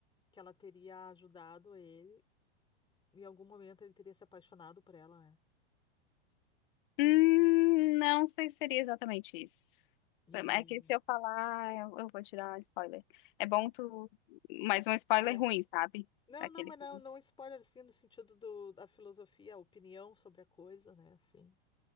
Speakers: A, on the left (about 15°); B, on the left (about 55°).
A: que ela teria ajudado ele, em algum momento ele teria se apaixonado por ela, né?
B: Hum, não sei se seria exatamente isso.
A: E
B: É que se eu falar, eu, eu vou te dar spoiler. É bom tu, mas um spoiler
A: é.
B: ruim, sabe?
A: Não,
B: Daquele
A: não, mas
B: filme.
A: não, não spoiler assim no sentido do, da filosofia, a opinião sobre a coisa, né? Assim.